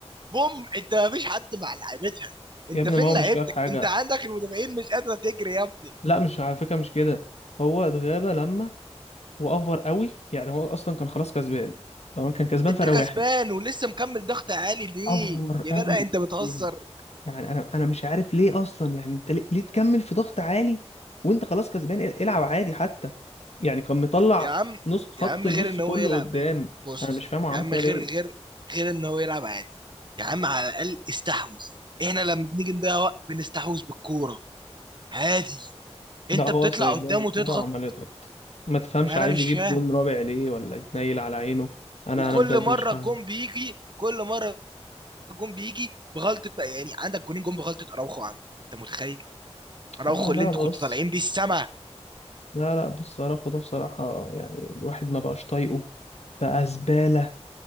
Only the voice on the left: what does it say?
يا ابني
ما هو مش
كده في حاجه
لا مش على فكره مش كده هو اتغاب لما وافور قوي يعني هو اصلا كان خلاص كسبان طبعا كان كسبان
فرق
واحد
افور قوي
يعني انا انا مش عارف ليه اصلا يعني انت ليه ليه تكمل في ضغط عالي وانت خلاص كسبان ال- العب عادي حتى يعني كان مطلع
نص خط
النص
كله
قدام
انا مش فاهم هو
عمل
كده
ليه
ده
هو
سايب
لهم الكوره
وعمال يضغط ما تفهمش
عايز
يجيب
جون رابع ليه ولا يتنيل على عينه انا
انا بجد
مش فاهم
آه لا
بص
لا لا بص صراحه ده بصراحه يعني الواحد ما بقاش طايقه بقى زباله